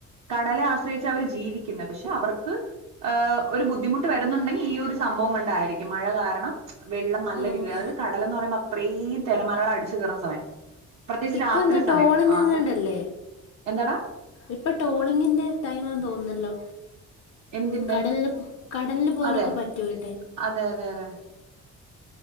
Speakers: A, on the right; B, on the left.
A: കടലാ ആസ് സ്രയിച്ച അവർ ജീവിക്കുന്നേ പക്ഷെ അവർക്ക് അ ഒരു ബുദ്ധിമുട്ട് വരുന്നുണ്ടെങ്കി ഈ ഒരു സംഭവം കൊണ്ടായിരിക്കും മഴ കാരണം വെള്ളം നല്ല
B: ആഹ്
A: രീതിയി അതായത് കടലെന്ന് പറയുമ്പം ഇത്രയും തിരമലകള് അടിച്ചു കേറുന്ന സമയം പ്രത്യേകിച്ച്
B: ഇപ്പ
A: രാത്രി
B: എന്താ ടോളിംഗ്
A: സമയം ആ
B: എങ്ങാണ്ടല്ലേ
A: സമയം എന്താടാ
B: ഇപ്പൊ ടോളിങ്ങിന്റെ- ടൈമാന്ന് തോന്നുന്നല്ലോ
A: എന്തിന്റെ
B: കടലില് കടലില് പോവാനൊക്കെ
A: അതെ
B: പറ്റുവട്ടേ <unintelligible>
A: അതെ അതെ അതെ